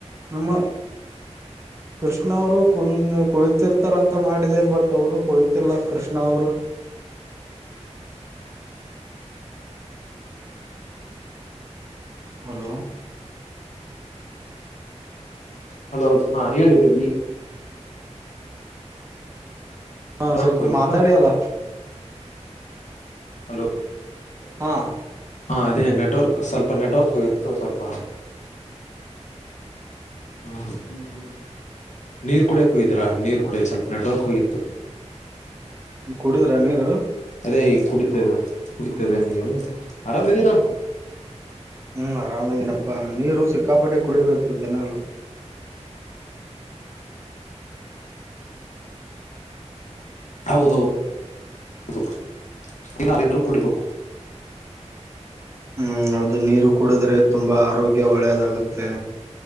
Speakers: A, on the right; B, on the left.
A: ನಮ್ಮ ಕೃಷ್ಣ ಅವರು ಕುಂದ ಕುಳಿತಿರ್ತಾರಂತ ಮಾಡಿದೆ ಬಟ್ ಅವರು ಕುಳಿತಿಲ್ಲ ಕೃಷ್ಣ ಅವರು. ಹಲೋ
B: ಹಲೋ ಅದು ಹಾ ಹೇಳಿದ್ದೀ. <unintelligible>
A: ಹಾ
B: ನೆಟ್ವರ್ಕ್
A: ಸ್ವಲ್ಪ
B: ಹೋಗಿತ್ತು
A: ಮಾತಾಡಿ ಅಲ್ಲ.
B: ಹಲೋ
A: ಹಾ
B: ಹಾ ನೆಟ್ವರ್ಕ್ ಸ್ವಲ್ಪ ನೆಟ್ವರ್ಕ್ ಇತ್ತು ಸ್ವಲ್ಪ. ಹಾ ಹ್ಮ್ ಹ್ಮ್ ನೀರ್ ಕುಡಿಯಾಕ ಹೊಗ್ದೀರ ನೀರ್ ಕುಡ ಸ್ವಲ್ ನೆಟ್ವರ್ಕ್ ಹೋಗಿತ್ತು.
A: ಕುಡಿದ್ರ ನೀರು
B: ಅದೇ ಈಗ ಕುಡಿತೇವೆ ಕುಡಿತ್ <unintelligible> ನೀವು ಆರಾಮರಮ್ಮ.
A: ಹ್ಮ್ ಆರಾಮಿದೀನಪ್ಪಾ ನೀರು ಸಿಕ್ಕಾಪಟ್ಟೆ ಕುಡಿಬೇಕು ದಿನಲು.
B: ಹೌದೌದು ಹೌದು. <unintelligible> ಲೀಟರ್ ಕುಡಿಬೇಕು
A: ಹ್ಮ್ ಹೌದು ನೀರು ಕುಡಿದ್ರೆ ತುಂಬಾ ಆರೋಗ್ಯ ಒಳ್ಳೆಯದಾಗುತ್ತೆ.